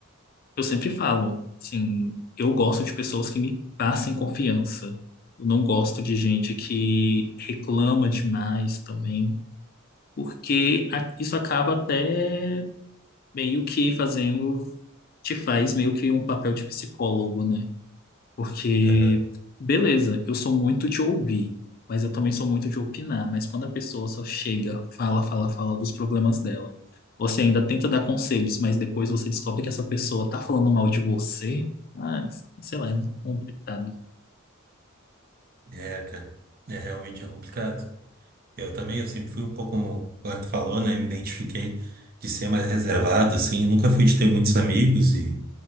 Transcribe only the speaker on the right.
aham.
É, cara, é realmente é complicado. Eu também, eu sempre fui um pouco, como o tu falou, né? Me identifiquei de ser mais reservado, assim. Eu nunca fui de ter muitos amigos e,